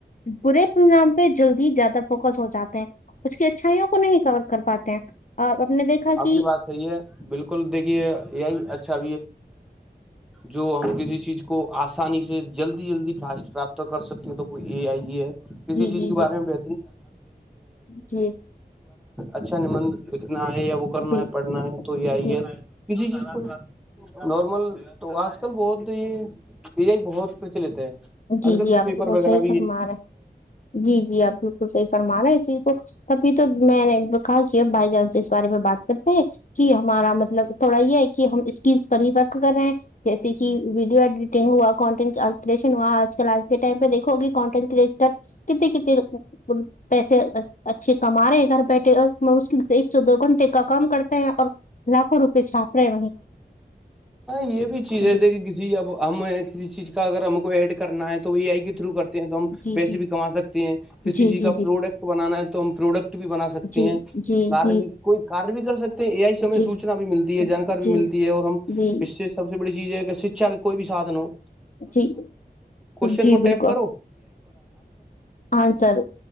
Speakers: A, on the left; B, in the centre.
A: برے پروگرام پہ جلدی زیادہ فوکس ہو جاتے ہیں اس کی اچھائیوں کو نہیں کر پاتے ہیں آپ نے دیکھا
B: اپ
A: کہ
B: کی بات صحیح ہے بالکل دیکھیے یہ اچھا جو اپ کو کسی چیز کو اسانی سے جلدی جلدی رابطہ کر سکتے ہیں تو کوئی اے ای ہے کسی
A: جی
B: چیز
A: جی
B: کے
A: جی
B: بارے میں
A: جی
B: اچھا اتنا ہے یا اوپر
A: جی
B: میں پڑھنا ہے تو یہ ائی
A: جی
B: ہے کسی چیز کو نارمل تو اج کل بہت ہی یہ بہت کچھ لیتے ہیں
A: جی
B: انکل
A: جی آپ
B: پیپر
A: بالکل
B: وغیرہ
A: صحیح فرما رہے ہیں جی جی اپ بالکل صحیح فرما رہے تھے کو کبھی تو میں نے بکا کیا بھائی جان اس بارے میں بات کرتے ہیں کی ہمارا مطلب تھوڑا یہ ہے کہ اس کی فریبت کر رہے ہیں جیسے کی ویڈیو ایڈیٹنگ ہوا کنٹینٹ اج کل کے ٹائم پہ دیکھو گے کانٹینٹ تک کتنی کتنی اچھی کما رہے ہیں گھر بیٹھے اور اس میں سے ایک دو گھنٹے کا کام کرتے ہیں اور لاکھوں روپے چھاپ رہے
B: یہ بھی چیزیں
A: جی
B: دیکھیں کسی ہم کسی چیز کا اگر ہم کو ایڈ کرنا ہے تو وی ائی کے تھرو کرتے ہیں تو ہم
A: جی
B: ویسے
A: جی
B: بھی کما سکتے ہیں کسی
A: جی
B: چیز
A: جی
B: کا
A: جی جی
B: پروڈکٹ بنانا ہے تو ہم پروڈکٹ بھی بنا سکتے
A: جی
B: ہیں
A: جی
B: کار
A: جی
B: بھی کوئی کار نہیں کر سکتے اے ائی سی میں
A: جی
B: سوچنا بھی ملتی ہے جانکاری
A: جی
B: ملتی ہے اور ہم
A: جی
B: اس سے بڑی چیز ہے کہ سچ ہے کوئی بھی ساتھ نہ ہو
A: جی
B: کوسچن
A: جی
B: کو ٹیپ
A: بالکل
B: کرو
A: انسر